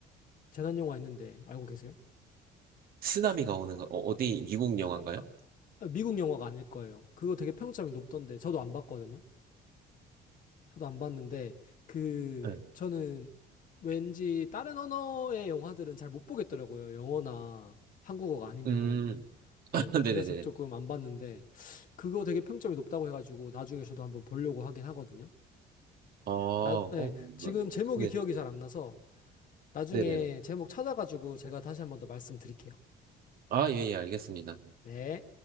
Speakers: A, on the left; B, on the right.
A: 재난 영화 있는데 알고 계세요?
B: 쓰나미가 오는 거, 어, 어디 미국 영화인가요?
A: 아, 미국 영화가 아닐 거예요. 그거 되게 평점이 높던데 저도 안 봤거든요. 저도 안 봤는데 그
B: 네.
A: 저는 왠지 다른 언어의 영화들은 잘 못 보겠더라고요. 영어나 한국어가 아니면.
B: 음,
A: 네,
B: <laughs> 네네네네.
A: 그래서 조금 안 봤는데 그거 되게 평점이 높다고 해가지고 나중에 저도 한번 보려고 하긴 하거든요.
B: 아, 어,
A: 나, 네, 지금 제목이
B: 네.
A: 기억이 잘 안 나서 나중에
B: 네네네.
A: 제목 찾아가지고 제가 다시 한 번 더 말씀드릴게요.
B: 아, 예, 예, 알겠습니다.
A: 네.